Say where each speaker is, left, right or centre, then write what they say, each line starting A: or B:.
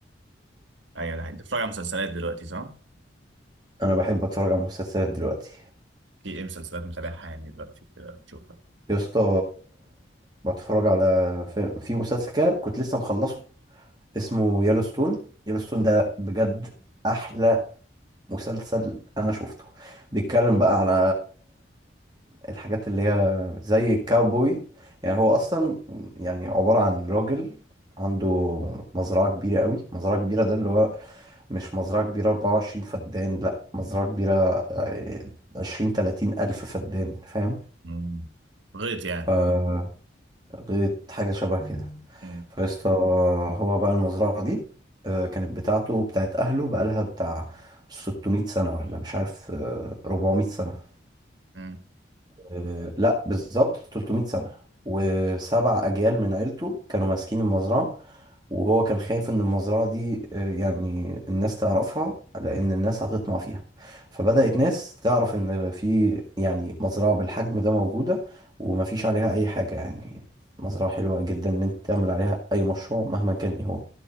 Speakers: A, on the right; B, on the right.
A: ايوه ده حقيقي. انت بتتفرج على مسلسلات دلوقتي صح؟
B: انا بحب اتفرج على مسلسلات دلوقتي
A: في ايه مسلسلات متابعها يعني دلوقتي كده بتشوفها
B: يا اسطى بتفرج على في في مسلسل كده كنت لسه مخلصه اسمه يellowstone يellowstone ده بجد احلى مسلسل انا شفته بيتكلم بقى على الحاجات اللي هي زي الكاوبوي يعني هو اصلا يعني عبارة عن راجل عنده مزرعة كبيرة قوي مزرعة كبيرة ده اللي هو مش مزرعة كبيرة 24 فدان لا مزرعة كبيرة 20 30 ألف فدان فاهم
A: مم. غيط يعني
B: ف غيط حاجة شبه كده
A: مم.
B: فيسطا هو بقى المزرعة دي آه، كانت بتاعته وبتاعت أهله بقالها بتاع 600 سنة ولا مش عارف آه، 400 سنة
A: مم.
B: آه، لا بالظبط 300 سنة وسبع أجيال من عيلته كانوا ماسكين المزرعة وهو كان خايف إن المزرعة دي آه، يعني الناس تعرفها لأن الناس هتطمع فيها فبدأت ناس تعرف إن في يعني مزرعة بالحجم ده موجودة ومفيش عليها أي حاجة يعني مزرعة حلوة جدا إن أنت تعمل عليها أي مشروع مهما كان إيه هو